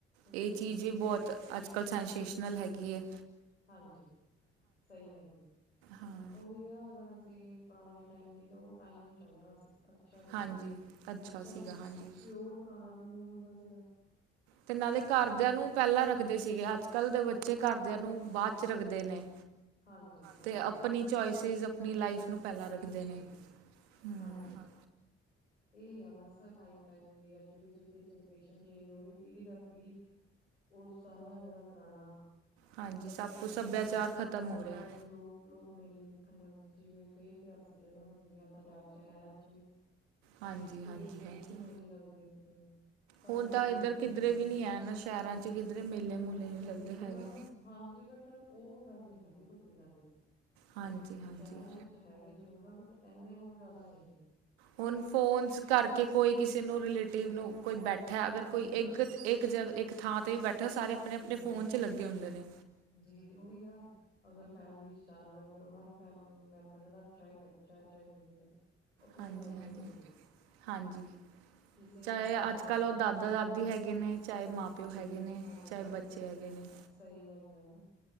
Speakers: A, on the right (about 70°); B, on the left (about 85°).
A: ਏ
B: ਜੀ
A: ਚੀਜ਼ ਵੀ ਬੋਤ ਅੱਜ ਕੱਲ੍ਹ ਸੈਂਸੇਸ਼ਨਲ ਹੈਗੀ ਏ।
B: ਹਾਂਜੀ ਸਈ ਗੱਲ।
A: ਹਾਂ।
B: ਓਹੀ ਆ ਅਗਰ ਅਸੀਂ ਪੁਰਾਣੇ ਟਾਈਮ ਦੀ ਤਾਂ ਓ ਟਾਈਮ ਚੰਗਾ ਸੀ, ਅੱਛਾ ਸੀ
A: ਹਾਂਜੀ ਅੱਛਾ
B: ਉਸ ਟਾਈਮ
A: ਸੀਗਾ ਹਾਂਜੀ।
B: ਪਿਓਰ ਖਾਣਾ ਪਿਓਰ ਹੁੰਦਾ ਸੀਗਾ।
A: ਤੇ ਨਾਲੇ ਘਰਦਿਆਂ
B: ਤੇ ਮਤਲਬ
A: ਨੂੰ ਪਹਿਲਾਂ ਰੱਖਦੇ ਸੀਗੇ ਅੱਜ ਕੱਲ੍ਹ ਦੇ ਬ ਬੱਚੇ ਘਰਦਿਆਂ ਨੂੰ
B: ਹਾਂਜੀ
A: ਬਾਅਦ ਚ ਰੱਖਦੇ ਨੇ
B: ਹਾਂਜੀ ਹਾਂਜੀ
A: ਤੇ ਆਪਣੀ ਚੁਇਸਿਸ ਆਪਣੀ ਲਾਈਫ ਨੂੰ ਪਹਿਲਾਂ
B: ਜੀ
A: ਰੱਖਦੇ
B: ਜੀ
A: ਨੇ
B: ਜੀ
A: ਹੂੰ
B: ਹਾਂਜੀ
A: ਹਾਂ
B: ਇਹ ਆ ਬਸ ਟਾਈਮ ਟਾਈਮ ਦੀ ਅੱਜ ਜ ਜਨਰੇਸ਼ਨ ਚੇਂਜ ਹੋ ਰਹੀ ਪੀੜ੍ਹੀ ਦਰ ਪੀੜੀ ਉਹ ਸਾਰਾ ਜਿਹੜਾ ਪੁਰਾਣਾ
A: ਹਾਂਜੀ
B: ਸਭਿਆਚਾਰ
A: ਸਭ ਕੁਛ ਸੱਭਿਆਚਾਰ
B: ਹੈ
A: ਖ਼ਤਮ
B: ਪੁਰਾਣੇ
A: ਹੋ ਰਿਹਾ
B: ਟਾਈਮ ਚ ਲੋਕ ਲੋਕ ਮੇਲੇ ਵੇਖਨ ਜਾਂਦੇ ਸੀ ਕਈ ਇਤਿਹਾਸਿਕ ਜਗ੍ਹਾ ਹੁੰਦੀਆਂ ਪੰਜਾਬ ਚ ਹੈ ਅੱਜ ਵੀ
A: ਹਾਂਜੀ
B: ਤੇ
A: ਹਾਂਜੀ ਹਾਂਜੀ।
B: ਉੱਥੇ ਮੇਲੇ ਲੱਗਦੇ ਸੀਗੇ ਸਾਰੇ
A: ਹੁਣ
B: ਲੋਕ
A: ਤਾਂ ਇੱਧਰ
B: ਮਿਲਦੇ
A: ਕਿੱਧਰੇ
B: ਜੁਦੇ
A: ਵੀ ਨਹੀਂ
B: ਸੀਗੇ
A: ਹੈ ਨਾ ਸ਼ਹਿਰਾਂ 'ਚ ਕਿੱਧਰੇ ਮੇਲੇ
B: ਹੁਣ
A: ਮੂਲੇ
B: ਕਿੱਥੇ
A: ਨਹੀਂ ਲੱਗਦੇ
B: ਨੀ
A: ਹੈਗੇ।
B: ਮੈਡਮ ਹਾਂਜੀ ਬਟ ਉਹ ਗੱਲ ਨੀ ਹੈਗੀ ਜੋ ਪਿੰਡਾਂ ਵਿੱਚ ਸੀ
A: ਹਾਂਜੀ ਹਾਂਜੀ
B: ਸ਼ਹਿਰਾਂ ਦੇ ਵਿੱਚ ਹੈਗੇ ਜ਼ਰੂਰ ਹੈ ਬਟ ਇੰਨੇ ਉਹ ਜ਼ਿਆਦਾ ਨਹੀਂ ਨੇ
A: ਹੁਣ ਫੋਨਸ ਕਰਕੇ ਕੋਈ ਕਿਸੇ ਨੂੰ ਰਿਲੇਟਿਵ ਨੂੰ ਕੋਈ ਬੈਠਾ ਅਗਰ
B: ਹਾਂਜੀ
A: ਕੋਈ ਇੱਕ ਇੱਕ ਜਗ ਇੱਕ ਥਾਂ ਤੇ ਵੀ ਬੈਠੇ ਸਾਰੇ ਆਪਣੇ ਆਪਣੇ
B: ਜੀ
A: ਫੋਨ ਚ ਲੱਗੇ ਹੁੰਦੇ ਨੇ
B: ਜੀ ਜੀ ਉਹੀ ਆ ਅਗਰ ਫੈਮਲੀ ਚ ਚਾਰ ਮੈਂਬਰ ਹਰ ਮੈਂਬਰਾ ਚਾਹੇ ਬੱਚਾ ਹੈ ਚਾਹੇ ਬਜ਼ੁਰਗ ਹੈ ਆਪਣੇ
A: ਹਾਂਜੀ
B: ਫੋਨ
A: ਹਾਂਜੀ
B: ਤੇ ਬਿਜੀ
A: ਹਾਂਜੀ
B: ਕਿਸੇ ਨਾਲ
A: ਚਾਹੇ
B: ਜ਼ਿਆਦਾ
A: ਅੱਜ
B: ਕੋਈ
A: ਕੱਲ
B: ਮਤਲਬ
A: ਉਹ ਦਾਦਾ
B: ਨਹੀਂ
A: ਦਾਦੀ ਹੈਗੇ ਨੇ ਚਾਹੇ ਮਾਂ ਪਿਓ
B: ਜੀ
A: ਹੈਗੇ ਨੇ
B: ਹਾਂਜੀ
A: ਚਾਹੇ ਬੱਚੇ ਹੈਗੇ ਨੇ
B: ਸਹੀ ਗੱਲ ਹੈ ਹੁਣ